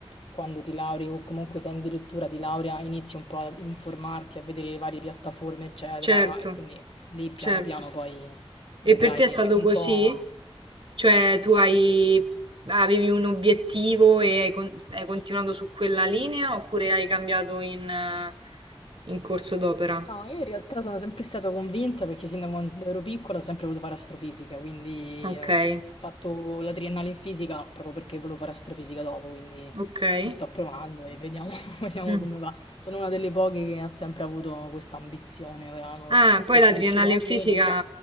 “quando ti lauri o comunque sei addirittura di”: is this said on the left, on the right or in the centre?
Left